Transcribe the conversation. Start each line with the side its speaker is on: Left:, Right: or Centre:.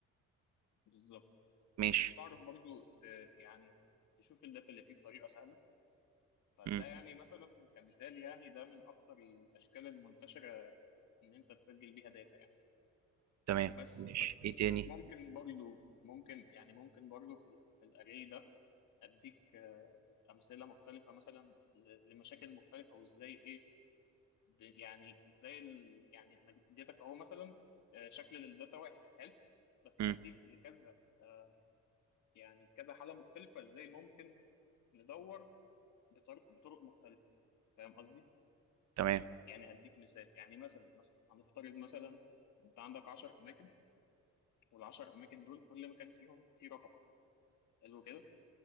Left: بالظبط
Right: ماشي
Left: وبتعرف برضو ت... يعني تشوف الداتا اللي فيه بطريقه سهله فده
Right: امم
Left: يعني مثلا كمثال يعني ده من اكتر الاشكال المنتشره ان انت تسجل بيها داتا يعني
Right: تمام
Left: بس
Right: ماشي
Left: بس
Right: ايه تاني
Left: ممكن برضو ممكن يعني ممكن برضو في ال... في الاري ده اديك آه، امثله مختلفه مثلا ل... لمشاكل مختلفه وازاي ايه ب- يعني ازاي ال... يعني أنا اديتك اهو مثلا آه، شكل للداتا واحد حلو بس
Right: امم
Left: هديك لكذا آه، يعني كذا حالة مختلفة ازاي ممكن ندور بطرق بطرق مختلفة فاهم قصدي؟
Right: تمام
Left: يعني هديك مثال يعني مثلا مثلا هنفترض مثلا انت عندك 10 اماكن وال10 اماكن دول كل مكان فيهم فيه رقم حلو كده